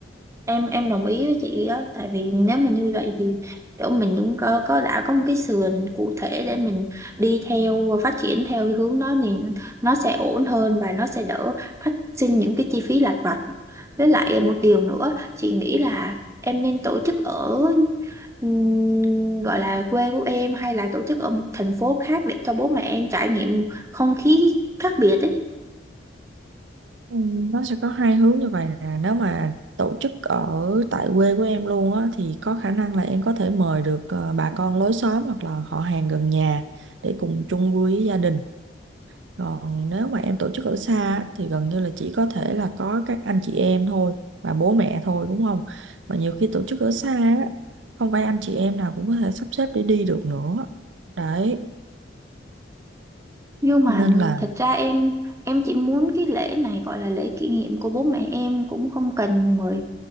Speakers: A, on the right; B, on the right.
A: em em đồng ý với chị đó tại vì nếu mà như vậy thì kiểu mình cũng có, có đã có một cái sườn cụ thể để mình đi theo và phát triển theo hướng đó thì nó sẽ ổn hơn và nó sẽ đỡ phát sinh những cái chi phí lặt vặt với lại một điều nữa chị nghĩ là em nên tổ chức ở ừm, gọi là quê của em hay là tổ chức ở một thành phố khác để cho bố mẹ em trải nghiệm không khí khác biệt ấy
B: Ừ, Nó sẽ có hai hướng như vậy nè nếu mà tổ chức ở tại quê của em luôn á thì có khả năng là em có thể mời được ờ, bà con lối xóm hoặc là họ hàng gần nhà để cùng chung vui với gia đình còn nếu mà em tổ chức ở xa á, thì gần như là chỉ có thể là có các anh chị em thôi và bố mẹ thôi đúng không mà nhiều khi tổ chức ở xa á không phải anh chị em nào cũng có thể sắp xếp để đi được nữa đấy
A: Nhưng mà
B: nên
A: ừm,
B: là
A: thật ra em em chỉ muốn cái lễ này gọi là lễ kỷ niệm của bố mẹ em cũng không cần mời